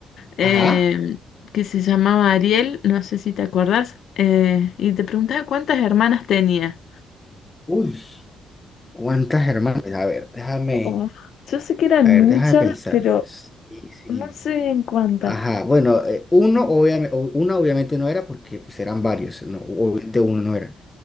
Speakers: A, on the left; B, on the left.
A: em,
B: Ajá.
A: que se llamaba Ariel, no sé si te acordás, eh, y te preguntaba cuántas hermanas tenía.
B: Uy, cuántas hermanas. Pues, A ver, déjame,
A: Oh, yo sé que eran
B: a ver,
A: muchas,
B: déjame pensarlo.
A: pero
B: Sí, sí.
A: no sé bien cuántas.
B: Ajá, bueno, eh, uno obviamente, una obviamente no era porque pues eran varios, no, obviamente uno no era.